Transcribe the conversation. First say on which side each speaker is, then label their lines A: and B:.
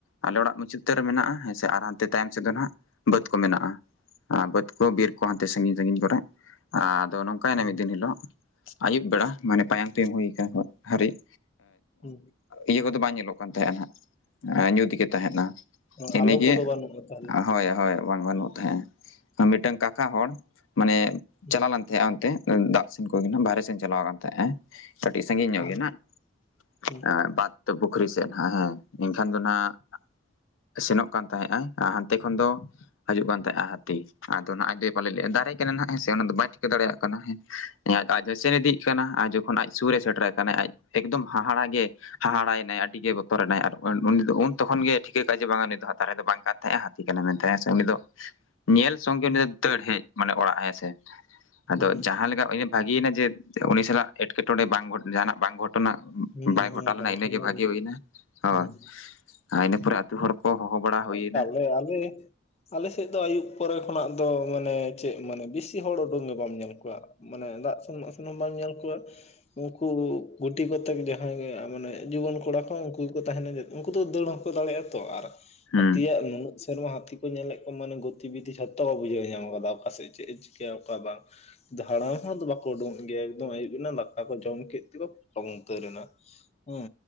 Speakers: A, on the left; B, on the left.
A: ᱟᱞᱮ ᱚᱲᱟᱜ ᱢᱩᱪᱟᱹᱫ ᱩᱛᱟᱹᱨᱮ ᱢᱮᱱᱟᱜ-ᱟ ᱦᱮᱸ ᱥᱮ ᱟᱨ ᱦᱟᱱᱛᱮ ᱛᱟᱭᱚᱢ ᱥᱮᱫ ᱫᱚ ᱦᱟᱸᱜ ᱵᱟᱹᱫᱽ ᱠᱚ ᱢᱮᱱᱟᱜ-ᱟ ᱾ ᱵᱟᱹᱫ ᱠᱚ ᱵᱤᱨ ᱠᱚ ᱦᱟᱱᱛᱮ ᱥᱟᱺᱜᱤᱧ ᱥᱟᱺᱜᱤᱧ ᱠᱚᱨᱮ ᱟᱫᱚ ᱱᱚᱝᱠᱟᱭᱮᱱᱟ
B: ᱦᱩᱸ
A: ᱢᱤᱫ ᱫᱤᱱ ᱦᱤᱞᱳᱜ ᱟᱹᱭᱩᱵ ᱵᱮᱲᱟ ᱢᱟᱱᱮ ᱯᱟᱭᱟᱢ ᱯᱤᱭᱟᱹᱢ ᱦᱩᱭ ᱟᱠᱟᱱ ᱦᱟᱹᱨᱤᱡ
B: ᱦᱩᱸ ᱾
A: ᱤᱭᱟᱹ ᱠᱚᱫᱚ ᱵᱟᱝ ᱧᱮᱞᱚᱜ ᱠᱟᱱ ᱛᱟᱦᱮᱸᱜ ᱟ ᱱᱟᱜ <inaudible> ᱧᱩᱛ ᱜᱮ ᱛᱟᱦᱮᱱᱟ ᱾
B: ᱦᱩᱸ
A: ᱮᱱᱮ
B: ᱟᱞᱚ
A: ᱜᱮ
B: ᱠᱚᱫᱚ ᱵᱟᱹᱱᱩᱜᱼᱟ
A: <inaudible>
B: ᱛᱟᱦᱚᱞᱮ
A: ᱦᱚᱭ ᱦᱚᱭ ᱾ ᱵᱟᱝ ᱜᱟᱱᱟᱜ ᱛᱟᱦᱮᱜ-ᱟ ᱢᱤᱫᱴᱟᱝ ᱠᱟᱠᱟ ᱦᱚᱲ ᱢᱟᱱᱮ
B: ᱦᱩᱸ
A: ᱪᱟᱞᱟᱣ ᱞᱮᱱ ᱛᱮ ᱦᱟᱸᱜ ᱚᱱᱛᱮ ᱫᱟᱜ ᱥᱮᱱ ᱠᱚ ᱚᱱᱮ ᱵᱟᱦᱨᱮ ᱥᱮᱱ ᱪᱟᱞᱟᱣ ᱠᱟᱱ ᱛᱟᱦᱮᱸᱜ-ᱟᱭ ᱠᱟᱹᱴᱤᱡ ᱥᱟᱺᱜᱤᱧ ᱧᱚᱜ
B: ᱟᱨ
A: ᱜᱮ ᱱᱟᱜ <inaudible>
B: ᱦᱩᱸ
A: ᱵᱟᱸᱫ ᱛᱚ ᱯᱩᱠᱷᱨᱤ ᱛᱮ ᱦᱟᱜ ᱦᱮᱸ ᱮᱱᱠᱷᱟᱱ ᱫᱚ ᱱᱟᱜ <inaudible> ᱥᱮᱱᱚᱜ ᱠᱟᱱ ᱛᱟᱦᱮᱸᱫᱟᱭ ᱟᱨ ᱦᱟᱱᱛᱮ ᱠᱷᱚᱱ ᱫᱚ ᱦᱟᱹᱡᱩᱜ ᱠᱟᱱ ᱛᱟᱦᱮᱸᱜ-ᱟᱭ ᱦᱟᱹᱛᱤ ᱾ ᱟᱫᱚ ᱱᱟᱜ ᱟᱡ ᱫᱚᱭ ᱯᱟᱞᱮ ᱞᱟᱹᱭᱮᱫ-ᱟᱭ ᱫᱟᱨᱮ ᱠᱟᱱᱟ ᱱᱟᱜ ᱦᱮᱸ ᱥᱮ ᱚᱱᱟ ᱫᱚ ᱵᱟᱭ ᱴᱷᱤᱠᱟᱹ ᱫᱟᱲᱮᱭᱟᱜ ᱠᱟᱱᱟ ᱦᱮᱸ ᱟᱡ ᱫᱚ ᱥᱮᱱ ᱤᱫᱤᱜ ᱠᱟᱱᱟ ᱟᱨ ᱡᱚᱠᱷᱚᱱ ᱟᱡ ᱥᱩᱨᱮ ᱥᱮᱴᱮᱨ ᱟᱠᱟᱱᱟᱭ ᱟᱡ ᱮᱠᱫᱚᱢ ᱦᱟᱦᱟᱲᱟ ᱜᱮ ᱦᱟᱦᱟᱲᱟᱭᱮᱱᱟᱭ ᱟᱹᱰᱤ ᱜᱮ ᱵᱚᱛᱚᱨᱮᱱᱟᱭ ᱟᱨ ᱩᱱᱤ ᱫᱚ ᱩᱱ ᱛᱚᱠᱷᱚᱱ ᱜᱮ ᱴᱷᱤᱠᱟᱹ ᱠᱟᱜ-ᱟ ᱡᱮ ᱵᱟᱝ ᱩᱱᱤ ᱫᱚ ᱦᱟᱜ ᱫᱟᱨᱮ ᱫᱚ ᱵᱟᱝ ᱠᱟᱱ ᱛᱟᱦᱮᱸᱜ-ᱟ ᱦᱟᱹᱛᱤ ᱠᱟᱱᱟᱭ ᱢᱮᱱᱛᱮ ᱦᱮᱸ ᱥᱮ ᱩᱱᱤ ᱫᱚ ᱧᱮᱞ ᱥᱚᱝᱜᱮ ᱩᱱᱤ
B: ᱦᱩᱸ
A: ᱫᱚ ᱫᱟᱹᱲ ᱦᱮᱡ ᱢᱟᱱᱮ ᱚᱲᱟᱜ ᱦᱮᱸᱥᱮ <inaudible> ᱟᱫᱚ
B: ᱦᱩᱸ
A: ᱡᱟᱦᱟᱸ ᱞᱮᱠᱟ ᱵᱷᱟᱜᱤᱭᱮᱱᱟ ᱡᱮ ᱩᱱᱤ ᱥᱟᱞᱟᱜ ᱮᱴᱠᱮᱴᱚᱬᱮ ᱵᱟᱝ ᱡᱟᱦᱱᱟᱜ ᱵᱟᱝ ᱜᱷᱚᱴᱚᱱᱟ
B: ᱦᱩᱸ
A: ᱵᱟᱭ ᱜᱷᱚᱴᱟᱣ
B: ᱦᱮᱸ
A: ᱞᱮᱱᱟ
B: ᱵᱟᱝᱠᱷᱟᱱ
A: ᱤᱱᱟᱹᱜᱮ
B: ᱫᱚ
A: ᱵᱷᱟ ᱜᱮ ᱦᱩᱭᱮᱱᱟ ᱦᱳᱭ
B: ᱦᱩᱸ
A: <inaudible> ᱟᱨ ᱤᱱᱟᱹ ᱯᱚᱨᱮ ᱟᱛᱩ ᱦᱚᱲ ᱠᱚ ᱦᱚᱦᱚ ᱵᱟᱲᱟ ᱦᱩᱭᱮᱱᱟ ᱾
B: ᱦᱮ ᱟᱞᱮ ᱟᱞᱮ ᱥᱮᱫ ᱫᱚ ᱟᱹᱭᱩᱵ ᱯᱚᱨᱮ ᱠᱷᱚᱱᱟᱜ ᱫᱚ ᱢᱟᱱᱮ ᱪᱮᱫ ᱢᱟᱱᱮ ᱵᱮᱥᱤ ᱦᱚᱲ ᱩᱰᱩᱝ ᱜᱮ ᱵᱟᱢ ᱧᱮᱞ ᱠᱚᱣᱟ ᱾ ᱢᱟᱱᱮ ᱫᱟᱜ ᱥᱮᱱ ᱥᱮᱱᱚᱜ ᱦᱚᱸ ᱵᱟᱢ ᱧᱮᱞ ᱠᱚᱣᱟ ᱩᱱᱠᱩ ᱛᱮ ᱡᱟᱦᱟᱸᱭ ᱜᱮ ᱢᱟᱱᱮ ᱡᱩᱣᱟᱹᱱ ᱠᱚᱲᱟ ᱠᱚ ᱩᱱᱠᱩ ᱜᱮᱠᱚ ᱛᱟᱦᱮᱱᱟ ᱩᱱᱠᱩ ᱫᱚ ᱫᱟᱹᱲ ᱦᱚᱸᱠᱚ ᱫᱟᱲᱮᱭᱟᱜ-ᱟ ᱛᱚ ᱟᱨ
A: ᱦᱩᱸ
B: ᱦᱟᱹᱛᱤᱭᱟᱜ ᱱᱩᱱᱟᱹᱜ ᱥᱮᱨᱢᱟ ᱦᱟᱹᱛᱤ ᱧᱮᱞᱮᱫ ᱠᱚᱣᱟ ᱢᱟᱱᱮ ᱜᱚᱛᱤ ᱵᱤᱫᱷᱤ ᱡᱷᱚᱛᱚ ᱠᱚ ᱵᱩᱡᱷᱟᱹᱣ ᱧᱟᱢ ᱠᱟᱫᱟ ᱚᱠᱟᱥᱮᱫ ᱪᱮᱫ ᱮ ᱪᱤᱠᱟᱹᱭᱟ ᱚᱠᱟ ᱵᱟᱝ ᱾ ᱦᱟᱲᱟᱢ ᱦᱚᱲ ᱫᱚ ᱵᱟᱠᱚ ᱩᱰᱩᱝᱚᱜ ᱜᱮᱭᱟ ᱮᱠᱫᱚᱢ ᱟᱹᱭᱩᱵ ᱵᱮᱞᱟ ᱫᱟᱠᱟ ᱠᱚ ᱡᱚᱢ ᱠᱮᱫ ᱛᱮᱠᱚ ᱠᱚᱢ ᱩᱛᱟᱹᱨ ᱮᱱᱟ ᱦᱮᱸ